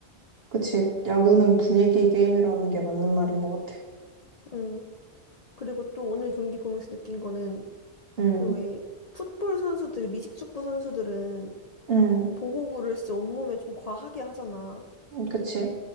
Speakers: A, on the right; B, on the left.
A: 그치. 야구는 분위기 게임이라는 게 맞는 말인 것 같아.
B: 응. 그리고 또 오늘 경기 보면서 느낀 거는
A: 음,
B: 그 왜 풋볼 선수들, 미식축구 선수들은
A: 음,
B: 보호구를 진짜 온몸에 좀 과하게 하잖아.
A: 음, 그치.